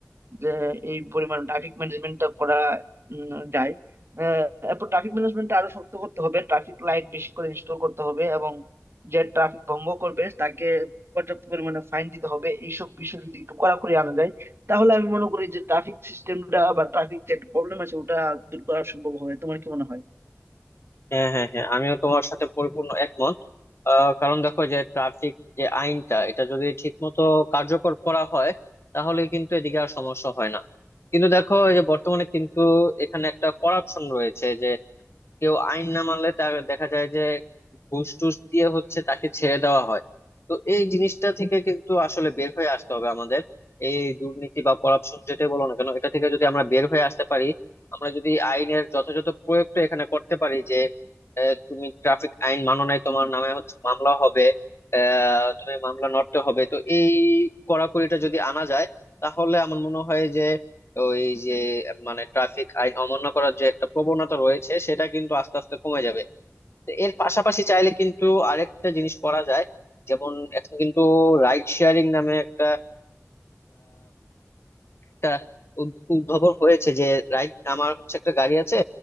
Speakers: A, on the right; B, on the left.
A: যে এই পরিমাণ ট্রাফিক ম্যানেজমেন্টটা করা উম, যায় আহ, এরপর ট্রাফিক ম্যানেজমেন্টটা আরো শক্ত করতে হবে ট্রাফিক লাইট বেশি করে ইনস্টল করতে হবে এবং যে ট্রাফিক ভঙ্গ করবে তাকে পর্যাপ্ত পরিমাণে ফাইন দিতে হবে এইসব বিষয় যদি একটু কড়াকড়ি আনা যায় তাহলে আমি মনে করি যে ট্রাফিক সিস্টেমটা বা ট্রাফিক যে প্রবলেম আছে ওটা দূর করা সম্ভব হবে তোমার কি মনে হয়
B: হ্যাঁ হ্যাঁ হ্যাঁ আমিও তোমার সাথে পরিপূর্ণ একমত আহ, কারণ দেখো যে ট্রাফিক যে আইনটা এটা যদি ঠিক মতো কার্যকর করা হয় তাহলে কিন্তু এদিকে আর সমস্যা হয় না কিন্তু দেখো এই যে বর্তমানে কিন্তু এখানে একটা করাপশন রয়েছে কেউ আইন না মানলে তার দেখা যায় যে ঘুষ টুস দিয়ে হচ্ছে তাকে ছেড়ে দেওয়া হয় তো এই জিনিসটা থেকে কিন্তু আসলে বের হয়ে আসতে হবে আমাদের এই দুর্নীতি বা করাপশন যেটাই বলো না কেন এটা থেকে যদি আমরা বের হয়ে আসতে পারি আমরা যদি আইনের যথাযথ প্রয়োগটা এখানে করতে পারি যে আহ, তুমি ট্রাফিক আইন মানো নাই তোমার নামে হচ্ছে মামলা হবে আহ তুমি মামলা নড়তে হবে তো এই কড়াকড়িটা যদি আনা যায় তাহলে আমার মনে হয় যে ওই যে মানে ট্রাফিক আইন অমান্য করার যে একটা প্রবণতা রয়েছে সেটা কিন্তু আস্তে আস্তে কমে যাবে তো এর পাশাপাশি চাইলে কিন্তু আরেকটা জিনিস করা যায় যেমন এখন কিন্তু রাইড শেয়ারিং নামে একটা একটা উদ- উদ্ভাবন হয়েছে যে রাইট আমার হচ্ছে একটা গাড়ি আছে